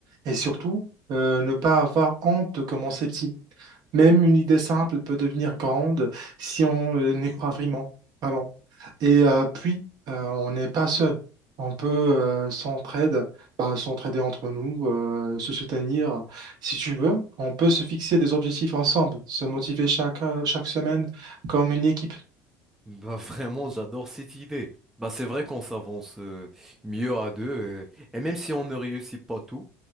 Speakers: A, on the right; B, in the centre.
A: Et surtout, euh, ne pas avoir honte de commencer petit. Même une idée simple peut devenir grande si on euh, y croit vraiment. Vraiment. Et euh, puis, euh, on n'est pas seul. On peut euh, s'entraide, bah, s'entraider entre nous, euh, se soutenir. Si tu veux, on peut se fixer des objectifs ensemble, se motiver chaque, chaque semaine comme une équipe.
B: Bah, <laughs> vraiment, j'adore cette idée. Bah, c'est vrai qu'on s'avance euh, mieux à deux. euh, et même si on ne réussit pas tout,